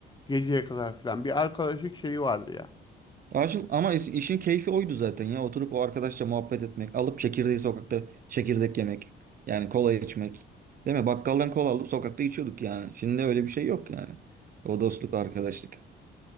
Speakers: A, on the left; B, on the right.
A: geceye kadar falan. Bir arkadaşlık şeyi vardı ya.
B: Aşıl ama iş- işin keyfi oydu zaten ya. Oturup o arkadaşla muhabbet etmek, alıp çekirdeği sokakta çekirdek yemek. Yani kola içmek. Değil mi? Bakkaldan kola alıp sokakta içiyorduk yani. Şimdi öyle bir şey yok yani. O dostluk, arkadaşlık.